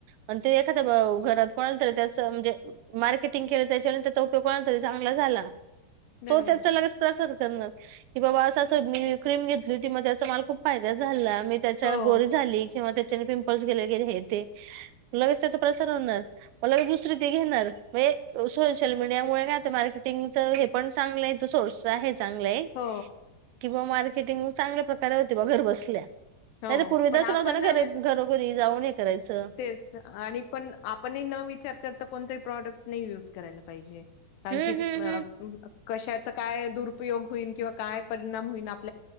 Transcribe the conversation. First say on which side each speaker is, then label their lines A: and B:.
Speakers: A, on the right; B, on the left.
A: अन ते एखाद <unintelligible> घरात कोणाला तरी त्याच म्हणजे मार्केटिंग केलं, त्याच्याने त्याचा उपयोग कोणाला तरी चांगला झाला.
B: बरोबर
A: तो त्याचा
B: आहे.
A: लगेच प्रसार करणार कि बाबा असं असं मी क्रीम घेतली होती, म त्याचा मला खूप फायदा झाला. मी त्याच्याने
B: हो.
A: गोरी झाली किंवा ते ज्याने पिंपल्स गेले, गेले हे ते लगेच त्याचा प्रसार होणार. म लगेच दुसरे ते घेणार मजे सोशल मडियामुळे नाही आता मार्केटंग च हे पण चांगल नाही तो सोर्स आहे चांगलय
B: हो,
A: किंवा मार्केटिंग चांगल्या प्रकारे होती बा घर बसल्या.
B: हो.
A: नाहीतर पूर्वी
B: पण
A: तर असं
B: आपण
A: नव्हतं ना
B: अ,
A: घर घरोघरी. जाऊन हे करायचं.
B: तेच आणि पण आपणही न विचार करता कोणताही प्रॉडक्ट नाही युज करायला पाहिजे. कारण
A: हम्म
B: की
A: हम्म
B: न अ
A: हम्म.
B: कशाचा काय दुरुपयोग होईन किंवा काय परिणाम होईन आप